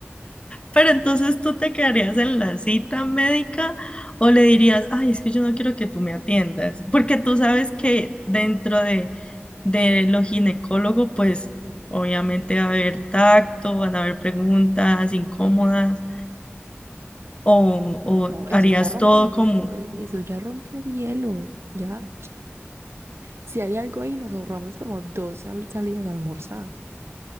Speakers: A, on the left (about 25°); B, on the right (about 70°).
A: pero entonces tú te quedarías en la cita médica o le dirías, ay, es que yo no quiero que tú me atiendas, porque tú sabes que dentro de, de lo ginecólogo, pues obviamente va a haber tacto, van a haber preguntas incómodas. ¿O, o
B: No, eso
A: harías
B: ya rompe
A: todo
B: el hielo,
A: como...
B: baby, eso ya rompió el hielo, ya. Si hay algo ahí, nos ahorramos como dos sal- salidas a almorzar.